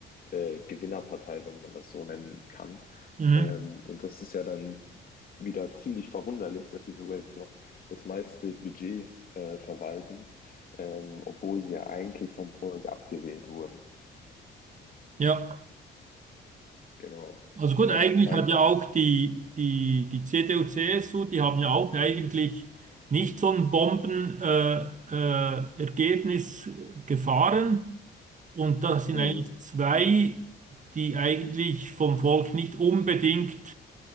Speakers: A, on the left (about 45°); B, on the right (about 40°).
A: äh, Gewinnerpartei, wenn man das so nennen kann.
B: Mhm.
A: Ähm, und das ist ja dann wieder ziemlich verwunderlich, dass sie sogar jetzt noch das meiste Budget äh, verwalten, ähm, obwohl sie ja eigentlich vom Volk abgewählt wurden.
B: Ja,
A: Genau.
B: also gut,
A: Und das
B: eigentlich
A: zeigt,
B: hat ja auch die, die, die CDU, CSU, die haben ja auch eigentlich nicht so ein Bomben, äh, äh, Ergebnis gefahren. Und das sind
A: mhm.
B: eigentlich zwei, die eigentlich vom Volk nicht unbedingt